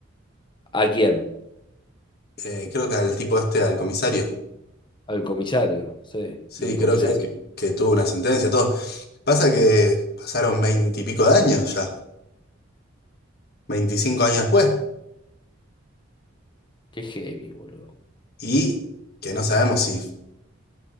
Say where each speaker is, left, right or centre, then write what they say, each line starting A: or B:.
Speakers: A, on the left; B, on the left.
A: a quién?
B: eh, creo que al tipo este, al comisario,
A: Al comisario, sí.
B: sí,
A: Y el comisario.
B: creo que, que, que tuvo una sentencia, todo. Pasa que pasaron 20 y pico de años ya, 25 años después,
A: Qué heavy, boludo.
B: y que no sabemos si,